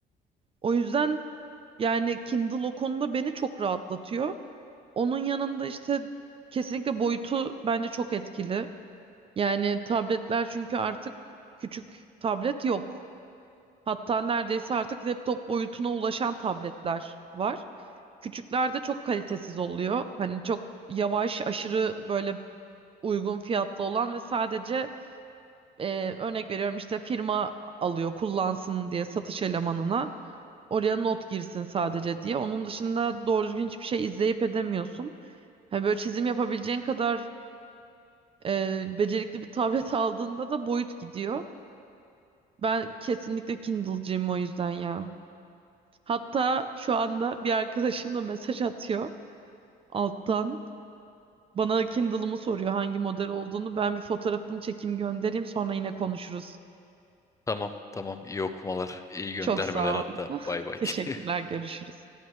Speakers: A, on the right; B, on the left.
A: O yüzden yani Kindle o konuda beni çok rahatlatıyor. Onun yanında işte kesinlikle boyutu bence çok etkili. Yani tabletler çünkü artık küçük tablet yok. Hatta neredeyse artık laptop boyutuna ulaşan tabletler var. Küçüklerde çok kalitesiz oluyor. Hani çok yavaş, aşırı böyle uygun fiyatlı olan ve sadece e, örnek veriyorum işte firma alıyor kullansın diye satış elemanına. Oraya not girsin sadece diye. Onun dışında doğru düzgün hiçbir şey izleyip edemiyorsun. Hani böyle çizim yapabileceğin kadar e, becerikli bir tablet <laughs> aldığında da boyut gidiyor. Ben kesinlikle Kindle'cıyım o yüzden ya. Hatta şu anda bir arkadaşım da mesaj atıyor alttan. Bana Kindle'ımı soruyor hangi model olduğunu. Ben bir fotoğrafını çekeyim göndereyim sonra yine konuşuruz.
B: Tamam tamam iyi okumalar, iyi göndermeler
A: Çok sağ
B: hatta.
A: ol. <laughs>
B: Bay bay.
A: Teşekkürler,
B: <laughs>
A: görüşürüz.